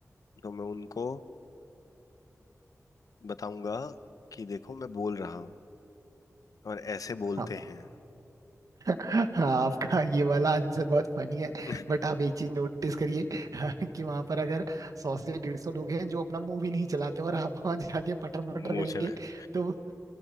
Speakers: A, on the left (about 80°); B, on the right (about 75°).
A: तो मैं उनको बताऊंगा कि देखो मैं बोल रहा हूँ और ऐसे बोलते
B: आप,
A: हैं
B: हाँ, आपका ये वाला आंसर बहुत फनी है
A: <laughs>
B: बट आप एक चीज नोटिस करिए <laughs> कि वहां पर अगर सौ से डेढ़ सौ लोग हैं जो अपना मुंह भी नहीं चलाते और आप वहां जाके पटर
A: मूंछ
B: पटर करेंगे
A: में
B: तो